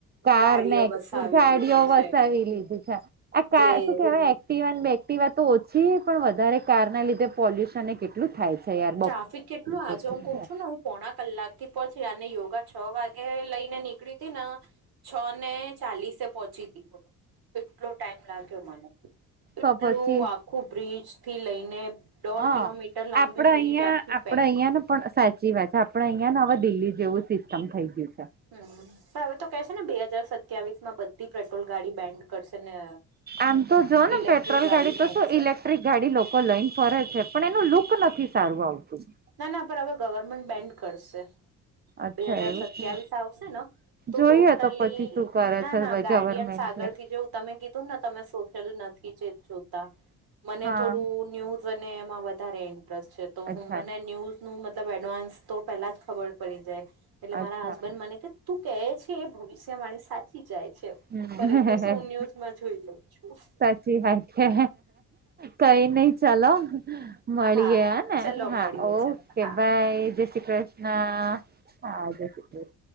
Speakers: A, on the right; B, on the right.
A: કાર
B: ગાડીઓ
A: ને
B: વસાવી
A: ગાડીઓ
B: દીધી
A: વસાવી
B: છે
A: લીધી છે આ
B: જે
A: શું કેવાય બેક્ટીવા બેક્ટિવા તો ઓછી પણ વધારે કારના લીધે પોલ્યુશનને કેટ એટલું થાય છે યાર.
B: ટ્રાફિક કેટલું આજે
A: થઈ
B: હું કઉ
A: છે
B: છું હું પોણા કલાક થી પહોંચી અને યોગા છ વાગે લઈ ને નીકળી હતી ને છ ને ચાલીસે પોહોંચી હતી બોલું કેટલો ટાઈમ લાગ્યો મને. એટલું
A: તો પછી
B: આખું બ્રિજ થી લઈને દોઢ
A: હા
B: કિલોમીટર લાંબી
A: આપડે
B: બ્રિજ
A: અહિયાં
B: આખી
A: આપડે
B: પેક
A: અહિયાં ને પણ સાચી વાત છે આપડે અહિયાં ને હવે દિલ્હી જેવું સિસ્ટમ થઈ ગયું છે.
B: હમ પણ હવે તો કે છે ને બે હાજર સત્યાવીસ માં બધી પેટ્રોલ ગાડી બેન્ડ કરશે ને
A: આમ તો જો ને
B: ઇલેક્ટ્રિક
A: પેટ્રોલ ગાડી
B: જ મૂકશે
A: તો ઇલેક્ટ ટ્રીક ગાડી લોકો લઈને ફરે છે પણ એનું લુક નથી સારું આવતું.
B: ના ના પણ હવે ગવર્મેન્ટ બેન્ડ કરશે,
A: અચ્છા
B: બે હજાર
A: એવું
B: સત્યાવીસ
A: છે
B: આવશે નો. તો
A: જોઈએ
B: ટોટલી,
A: તો પછી શું કરે
B: ના
A: છે
B: ના ગાર્ડિયન્સ
A: ગવર્મેન્ટ
B: આગળ
A: છે.
B: થી જેવું તમે કીધુંને તમે સોશલ નથી. જોતા મને
A: હા
B: થોડું ન્યુ મને એમાં વધારે ઇન્ટરેસ્ટ છે તો
A: અચ્છા
B: હું મને ન્યૂઝ નુ મતલબ એડવાન્સ તો પેલા જ ખબર પડી જાય એટલે
A: અચ્છા
B: મારા હસબન્ડ મને કે તું કહે છે એ ભવિષ્ય માણી સાચી જાય છે.
A: હમ
B: પર એતો સું ન્યુઝમાં જોઈ લઉં છું.
A: સાચી વાત છે કઈ નહી ચાલો મળીએ
B: હા
A: હ ને,
B: ચલો
A: હા
B: મળીએ
A: ઓકે
B: ચલો હા
A: બાય, જય શ્રી કૃષ્ણ. હા, જે શ્રી કૃષ્